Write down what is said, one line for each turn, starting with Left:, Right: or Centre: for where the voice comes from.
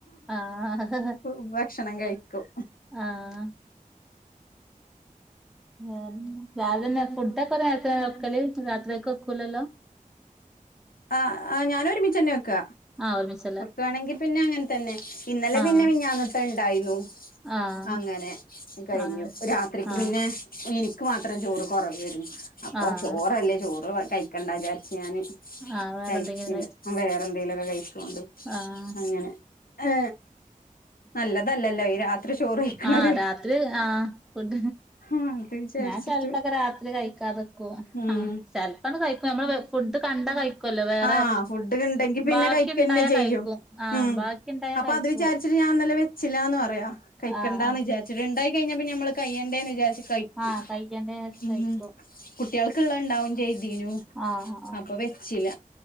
Centre: ആഹ്
Left: ഒ ഭക്ഷണം കഴിക്കും
Centre: ആഹ ഉം രാവിലെന്നെ ഫുഡോക്കെ നേരത്തന്നെ വെക്കല് രാത്രിക്ക്‌ വെക്കൂലല്ലോ
Left: ആ ആ ഞാന് ഒരുമിച്ചന്നെ വെക്കാ
Centre: ആ ഒര്മിച്
Left: വക്കയാണെങ്കി പിന്നെ അങ്ങനെ തന്നെ ഇന്നലെ
Centre: ആഹ്
Left: പിന്നെ മിഞ്ഞന്നത്തെ ഇണ്ടായിന്നു
Centre: ആഹ്
Left: അങ്ങനെ കഴിഞ്ഞു
Centre: അങ്ങനെ വെച്ച്
Left: രാത്രിക്ക്
Centre: ആഹ്
Left: പിന്നെ എനിക്ക് മാത്രം ചോറ് കൊറവേരുന്നു അപ്പൊ
Centre: ആഹ്
Left: ചോറല്ലേ ചോറ് കൈക്കണ്ടാചാരിച്ച ഞാന്
Centre: ആഹ് വേറെന്തെങ്കിലും
Left: കഴിച്ചില്ല വേറെന്തെങ്കിലുമൊക്കെ കഴിചോണ്ട്
Centre: ആഹ
Left: ഏ നല്ലതല്ലല്ലോ ഈ രാത്രി ചോറ് കഴിക്കണത്
Centre: ആഹ രാത്രി ആഹ ഫുഡ
Left: അത് വിചാരിച്ചിട്ട്
Centre: ഞാൻ ചെിലപ്പോക്കെ രാത്രി കഴിക്കാതെക്കുവ
Left: ഉം
Centre: ആ ചെല കഴിക്കും നമ്മള് ഫുഡ് കണ്ടാ കഴിക്കുല്ലോ വേറെ
Left: ആഹ് ഫുഡ് ഉണ്ടെങ്കി പിന്നെ
Centre: ബാക്കി
Left: കഴിക്കന്നെ
Centre: ഉണ്ടായ
Left: ചെയ്യും
Centre: കഴിക്കും ആ
Left: ഉം
Centre: ബാക്കി ഉണ്ടായാ
Left: അപ്പൊ
Centre: കഴിച്ചു
Left: അത് വിചാരിച്ചിട്ട്
Centre: പോവും
Left: ഞാൻ ഇന്നലെ വെച്ചില്ലാന്ന് പറയാ കഴിക്കണ്ട
Centre: ആഹ്
Left: എന്ന്
Centre: ആഹ്
Left: വിചാരിച്ചട്ട ഇണ്ടായി കഴിഞ്ഞാ നമ്മള് കഴ്യണ്ടന്ന് ചാരിച്ച് കഴിക്കും
Centre: ആഹ് കയ്യന്റെ വെച്ച്
Left: ഉം
Centre: കഴിക്കും
Left: കുട്ടികൾക്കള്ള ഉണ്ടാവും ചെയ്തീനു
Centre: ആഹ് ആഹ്
Left: അപ്പൊ വെച്ചില്ല